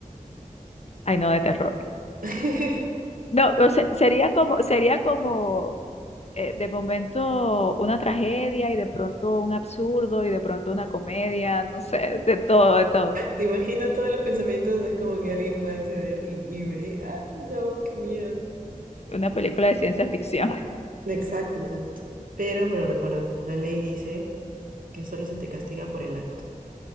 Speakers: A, on the left; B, on the right.
A: Ay, no, de terror.
B: <laughs>
A: No, o sea, sería como, sería como eh, de momento una tragedia y de pronto un absurdo y de pronto una comedia, no sé, de todo, de todo.
B: Te imagino todos los pensamientos, es como que alguien puede acceder y, y ve, ay, no, qué miedo.
A: Una película de ciencia ficción. <laughs>
B: Exacto, exacto. Pero, pero recuerda, la ley dice que solo se te castiga por el acto,